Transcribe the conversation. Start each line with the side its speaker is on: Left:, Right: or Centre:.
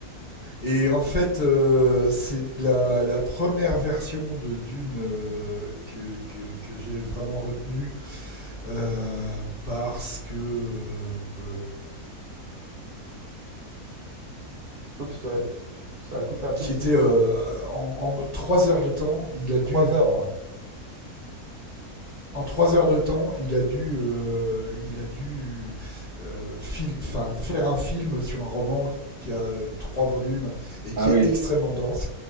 Left: Et en fait, euh, c'est la, la première version de Dune euh, que, que, que j'ai vraiment retenue euh, parce que euh,
Right: Oups, je te- je- ça a coupé un tout
Left: qui
Right: petit...
Left: était euh,
Right: ouais.
Left: en, en trois heures de temps, il a dû
Right: Trois heures. hein.
Left: en trois heures de temps, il a dû, euh, il a dû euh, film, enfin, faire un film sur un roman qui a euh, trois volumes et qui
Right: Ah oui,
Left: est extrêmement dense.